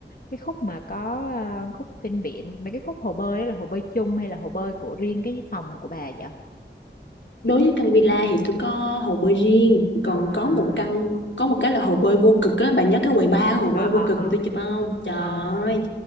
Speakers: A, on the left (about 50°); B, on the left (about 75°).
A: cái khúc mà có ờ, khúc ven biển mấy cái khúc hồ bơi đấy là hồ bơi chung hay là hồ bơi của riêng cái phòng của bà vậy
B: đối với căn villa thì tôi có hồ bơi riêng còn
A: à
B: có một căn có một cái là hồ bơi vô cực á bà nhớ cái quầy ba hồ
A: à
B: bơi
A: à
B: vô cực
A: à
B: mà tôi chụp không trời
A: à
B: ơi